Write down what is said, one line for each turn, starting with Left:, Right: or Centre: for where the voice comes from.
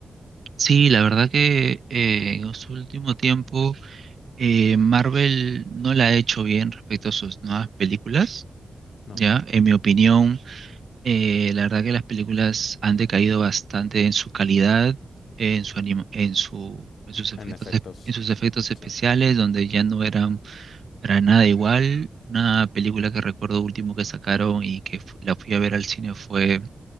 Right: Sí, la verdad que eh, en su último tiempo eh, Marvel no la ha hecho bien respecto a sus nuevas películas,
Left: No,
Right: ¿ya? En mi opinión. Eh, la verdad que las películas han decaído bastante en su calidad, en su anima- en su, en sus efectos,
Left: en efectos,
Right: es- en sus efectos especiales,
Left: sí.
Right: donde ya no eran para nada igual. Una película que recuerdo último que sacaron y que fu- la fui a ver al cine fue